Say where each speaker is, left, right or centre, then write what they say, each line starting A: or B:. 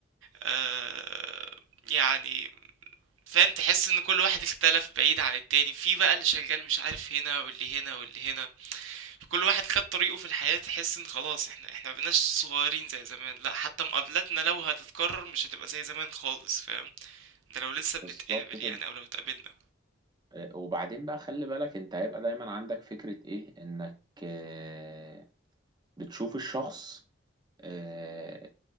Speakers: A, on the right (about 85°); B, on the right (about 20°).
A: آه، يعني فاهم تحس ان كل واحد اختلف بعيد عن التاني في بقى اللي شغال مش عارف هنا واللي هنا واللي هنا كل واحد خد طريقه في الحياة تحس ان خلاص احنا احنا مبقناش صغيرين زي زمان لا حتى مقابلاتنا لو هتتكرر مش هتبقى زي زمان خالص فاهم ده لو لسه بنتقابل
B: بالظبط كده
A: يعني او لو اتقابلنا
B: آه، وبعدين بقى خلي بالك انت هيبقى دايما عندك فكرة ايه انك آه، بتشوف الشخص آه،